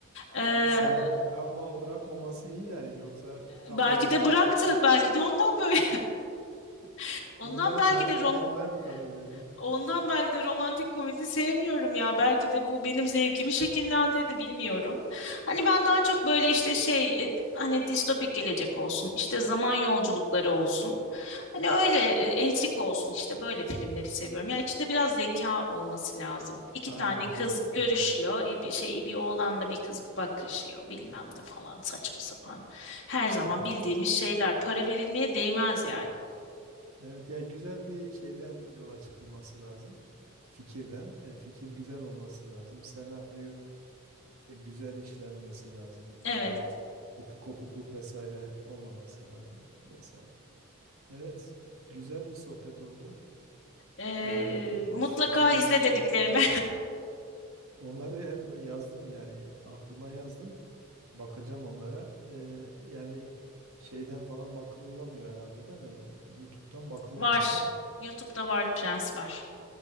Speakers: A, on the left; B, on the right.
A: Ee,
B: İyi, sende bir travma bırakmaması iyi yani yoksa tam
A: belki
B: o yaşlarda
A: de bıraktı. Belki de ondan böyle. <laughs> Ondan
B: ondan
A: belki
B: platform
A: de Rom
B: almaya mı karar verdin?
A: Ondan belki de romantik komedi sevmiyorum ya. Belki de bu benim zevkimi şekillendirdi bilmiyorum. Hani ben daha çok böyle işte şey e, hani distopik gelecek olsun. işte zaman yolculukları olsun. Hani öyle e, entrik olsun işte böyle filmleri seviyorum. Ya içinde biraz zeka olması lazım.
B: <laughs>
A: İki
B: Aynen
A: tane kız
B: kesinlikle
A: görüşüyor.
B: evet.
A: e, Bir şey bir oğlanla bir kız bakışıyor bilmem ne falan saçma sapan. Her zaman
B: Evet.
A: bildiğimiz şeyler para verilmeye değmez yani.
B: Evet ya güzel bir şeyden yola çıkılması lazım. Fikirden. Yani fikir güzel olması lazım. Senaryo güzel işlenmesi lazım.
A: Evet.
B: Ee, kop- kopukluk vesaire olmaması lazım vesaire. Evet. Güzel bir sohbet oldu.
A: Ee,
B: Ee,
A: mutlaka
B: sinema
A: izle
B: ile ilgili.
A: dediklerimi
B: Onları hep yazdım yani aklıma yazdım. Bakacağım onlara. Ee, yani şeyden falan bakılamıyor herhalde değil mi? YouTube'dan
A: <laughs>
B: bakılamıyor
A: var.
B: değil mi?
A: YouTube'da var Prens var.